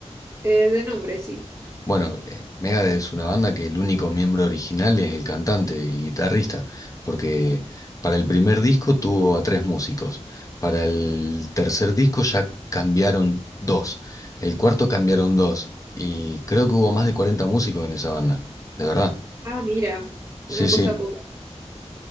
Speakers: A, on the right (about 25°); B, on the left (about 30°).
A: Eh, de nombre, sí.
B: Bueno, eh, Megadeth es una banda que el único miembro original es el cantante y guitarrista, porque para el primer disco tuvo a tres músicos, para el tercer disco ya cambiaron dos, el cuarto cambiaron dos, y creo que hubo más de 40 músicos en esa banda, de verdad.
A: Ah, mira, una
B: Sí, sí,
A: cosa poca.